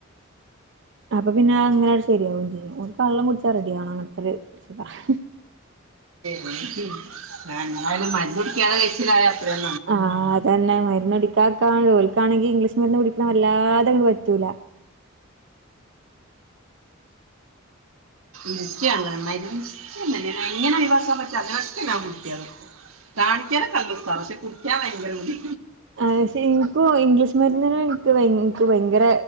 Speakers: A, on the right; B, on the right.
A: അപ്പൊ പിന്നെ അങ്ങനെ ശരിയാവും ചെയ്യും ഒരു വള്ളം കുടിച്ചാ റെഡി ആണോ അങ്ങനത്തെ ഒരു ത <unintelligible>
B: യാലും മല്ലടിക്കാതെ കഴിച്ചില്ല അത്ര <inaudible>
A: ആഹ് അതന്നെ മരുന്ന് കുടിക്കാക്കാ ജോലിക്കാണെങ്കി ഇംഗ്ലീഷ് മരുന്ന് കുടിക്കണം വല്ലാതെ പ റ്റുല
B: നി്ചയ ഉ നിശ്യം തന്ന എങ്ങനെ ഒഴിവാക്കാൻ പറ്റും അതിനൊക്കെ <inaudible> ഞാൻ കുട്ടി അതൊക്കെ കാണിക്കാന നല്ല ഉസാറാ പക്ഷെ കുടിക്കാൻ ഭയങ്കര ബുദ്
A: ആ <unintelligible> എനിക്ക് ഇംഗ്ലീഷ് മരുന്ന എനിക്ക് ഭ ഭയങ്കര